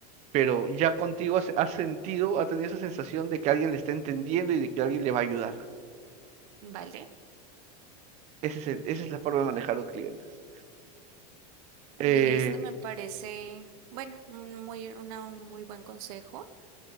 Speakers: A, on the right; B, on the right.
A: pero ya contigo has, has sentido, ha tenido esa sensación de que alguien le está entendiendo y de que alguien le va a ayudar.
B: vale.
A: Ese es el- esa es la forma de manejar a los clientes. Eh,
B: Listo, me parece, bueno, un muy, una- un muy buen consejo.